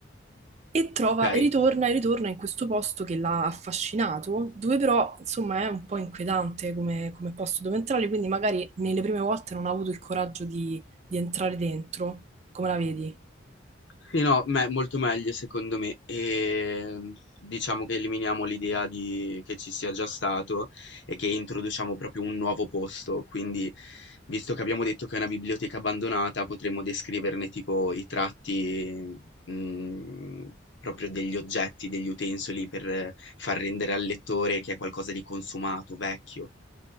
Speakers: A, on the right; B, on the left.
A: E trova
B: okay.
A: e ritorna e ritorna in questo posto che l'ha affascinato, dove però insomma è un po' inquietante come, come posto dove entrare, quindi magari nelle prime volte non ha avuto il coraggio di, di entrare dentro. Come la vedi?
B: Sì, no, me molto meglio secondo me. Ehm, diciamo che eliminiamo l'idea di che ci sia già stato e che introduciamo proprio un nuovo posto. Quindi, visto che abbiamo detto che è una biblioteca abbandonata, potremmo descriverne tipo i tratti, mhmm, proprio degli oggetti, degli utensili per eh, far rendere al lettore che è qualcosa di consumato, vecchio.